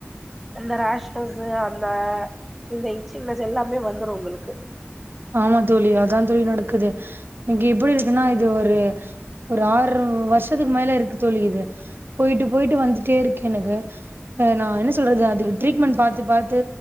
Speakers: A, in the centre; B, on the right.
A: அந்த ரேஷ்னெஸ் அந்த இந்த இச்சிங்னஸ் எல்லாமே வந்துரோ உங்களுக்கு
B: ஆமா தோழி அதா தோழி நடக்குது இங்க எப்படி இருக்குன்னா இது ஒரு ஒரு ஆறு வருஷத்துக்கு மேல இருக்கு தோழி இது போயிட்டு போயிட்டு வந்துட்டே இருக் எனக்கு நா என்ன சொல்றது அதுக் ட்ரீட்மெண்ட் பாத்து பாத்து